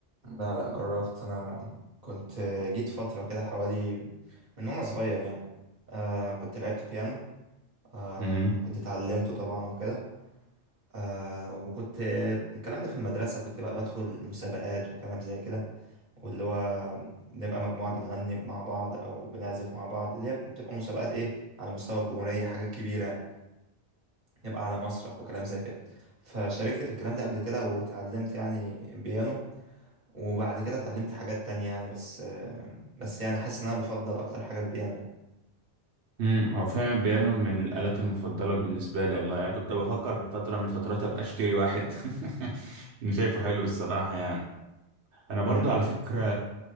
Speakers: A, on the right (about 40°); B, on the right (about 80°).
A: لا لا جربت انا كنت جيت فتره كده حوالي من وانا صغير يعني آه كنت لعبت بيانو آه
B: امم
A: كنت اتعلمته طبعا وكده آه وكنت الكلام ده في المدرسه كنت بقى بدخل مسابقات وكلام زي كده واللي هو نبقى مجموعة بنغني مع بعض أو بنعزف مع بعض اللي هي بتبقى مسابقات إيه على مستوى الجمهورية حاجات كبيرة نبقى على مسرح وكلام زي كده فشاركت في الكلام ده قبل كده وتعلمت يعني بيانو وبعد كده اتعلمت حاجات تانية يعني بس بس يعني حاسس إن أنا بفضل أكتر حاجة البيانو يعني.
B: امم هو فعلا البيانو من الآلات المفضلة بالنسبة لي والله يعني كنت بفكر فترة من الفترات ابقى اشتري واحد <laughs> اني شايفه حلو الصراحة يعني انا
A: <laughs>
B: برضو
A: م-
B: على
A: م.
B: فكرة